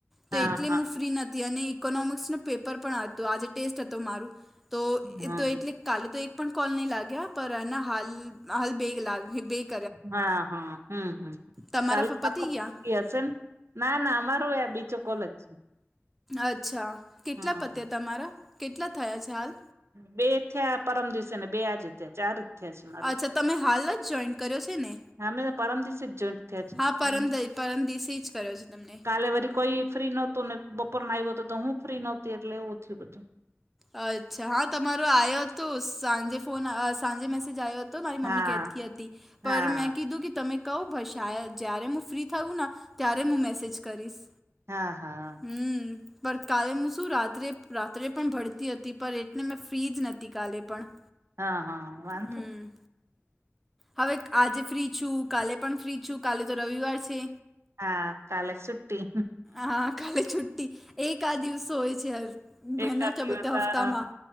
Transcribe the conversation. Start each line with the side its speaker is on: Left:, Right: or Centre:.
Centre: તો
Right: હા
Centre: એટલે
Right: હા
Centre: હું ફ્રી નથી અને ઇકોનોમિક્સ ન પેપર પણ હતો આજે ટેસ્ટ હતો મારું તો
Right: હા
Centre: એ તો એટલે કાલે તો એક પણ કોલ નહી લાગ્યા પરા ના હાલ, હાલ બેગ લાગ બેગ
Right: હા, હા, હમ, હમ,
Centre: તમારા
Right: ચાલ
Centre: ફ-
Right: રાખો
Centre: પતી ગયા
Right: <unintelligible> ના, ના અમારો ય બીજો કોલ છે
Centre: અચ્છા, કેટલા
Right: હા
Centre: પત્યા તમારા કેટલા થયા છે હાલ
Right: બે થયા પરમ દિવસે ને બે આજે ત્યા ચાર થયા છે મારા
Centre: અચ્છા, તમે હાલ જ જોઈન કર્યો છે ને
Right: અમે તો પરમ દિવસે જ જોઈન્ટ થયા છે
Centre: હા પરમદ
Right: હમ
Centre: પરમદિસી જ કર્યો છે તમને
Right: કાલે વરી કોઈ ફ્રી નહોતું ને બપોરને આવ્યો તો તો હું ફ્રી નહોતી એટલે એવું થયું બધું
Centre: અચ્છા, હા તમારો આયો તો, સાંજે ફોન સાંજે મેસેજ આયો તો મારી મમ્મી
Right: હા
Centre: કેતી હતી
Right: હા
Centre: પણ મેં કીધું કે તમે કહો ભાઈ શ જ્યારે હું ફ્રી થયું ને ત્યારે હું મેસેજ કરીશ
Right: હા, હા
Centre: હમ પણ કાલે હું શું રાત્રે રાત્રે પણ ભરતી તી હતી પણ એટલે મેં ફ્રી જ નતી કાલે પણ
Right: હા, હા, વાહ
Centre: હમ હવે આજે ફ્રી છું, કાલે પણ ફ્રી છું, કાલે તો રવિવાર છે
Right: હા કાલે છુટ્ટી
Centre: હા, કાલે છુ્ટી, એક આ દિવસો હોય છે ભહેના
Right: એકાદ
Centre: ક
Right: દિવસ
Centre: બોલતા
Right: અમારે
Centre: હપતામાં